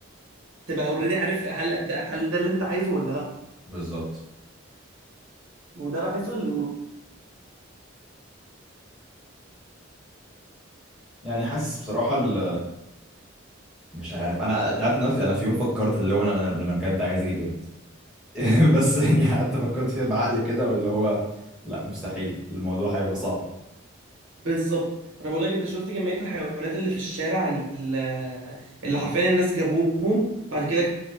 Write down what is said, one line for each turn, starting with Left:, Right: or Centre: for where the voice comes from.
Right: تبقى اوريدي عارف هل ده هل ده اللي انت عايزه ولا لا
Centre: بالظبط
Right: وده بحسه الم-
Centre: يعني حاسس بصراحة ال... مش عارف انا انت عارف ان انا في... انا في يوم فكرت اللي هو انا انا أنا بجد عايز اجيب قرد <laughs> بس يعني قعدت فكرت فيها بعقل كده واللي هو لا مستحيل الموضوع هيبقى صعب
Right: بالظبط انا بقول لك انت شفت كميه الحيوانات اللي في الشارع اللي, اللي حرفيا الناس جابوهم بعد كده